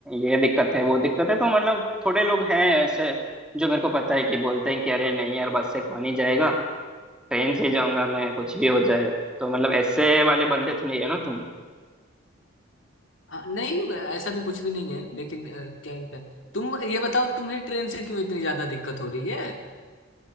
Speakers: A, in the centre; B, on the left.
A: ये दिक्कत है वो दिक्कत है तो मतलब थोड़े लोग हैं ऐसे जो मेरे को पता है कि बोलते हैं कि अरे नहीं यार बस से कौन ही जाएगा ट्रेन से ही जाऊंगा मैं कुछ भी हो जाए तो मतलब ऐसे वाले बंदे तो नहीं है ना तुम
B: हाँ नहीं ऐसा भी कुछ भी नहीं है लेकिन अ, क्या क्या- तुम ये बताओ तुम्हें ट्रेन से क्यों इतनी ज्यादा दिक्कत हो रही है